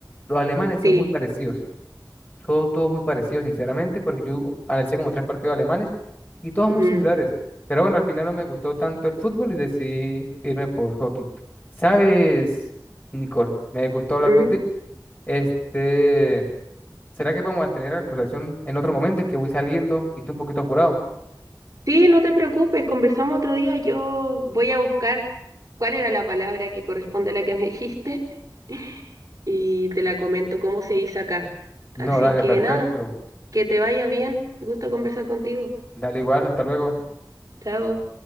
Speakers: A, on the left; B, on the right.
A: Los alemanes son
B: Sí.
A: muy parecidos. Todo, todo muy parecido, sinceramente, porque yo analicé como tres partidos alemanes y todos muy
B: Ujú.
A: similares. Pero bueno, al final no me gustó tanto el fútbol y decidí irme por hockey. ¿Sabes, Nicole? Me gustó hablar
B: Mm.
A: contigo. Este, ¿será que podemos mantener la conversación en otro momento? Es que voy saliendo y estoy un poquito apurado.
B: Sí, no te preocupes, conversamos otro día. Yo voy a buscar cuál era la palabra que corresponde a la que me dijiste <laughs> y te la comento cómo se dice acá.
A: No,
B: Así
A: dale,
B: que
A: perfecto.
B: nada, que te vaya bien. Gusto conversar contigo.
A: Dale igual, hasta luego.
B: Chao.